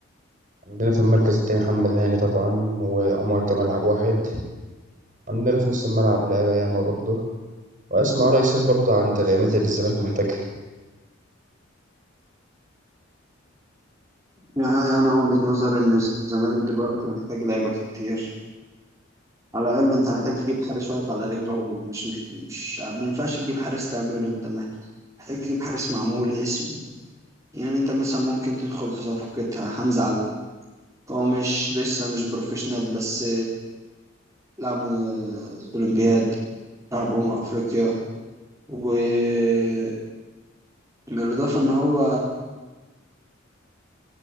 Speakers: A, on the right (about 40°); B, on the right (about 15°).
A: عندنا في المركز التاني محمد هاني طبعا وعمر كمال عبد الواحد عندنا في نص الملعب لعيبة ياما برضه وأسمع رأي سيف برضه عن تدعيمات اللي الزمالك محتاجها
B: يعني أنا وجهة نظري إن الزمالك دلوقتي محتاج لعيبة كتير على الأقل أنت محتاج تجيب حارس واقف على رجله مش محت... مش ما ينفعش تجيب حارس تعمله أنت مح- محتاج تجيب حارس معمول اسم يعني أنت مثلا ممكن تدخل في صفقة حمزة علي هو مش لسه مش بروفيشنال بس لعبوا الأولمبياد لعبوا أمم أفريقيا وبالإضافة إن هو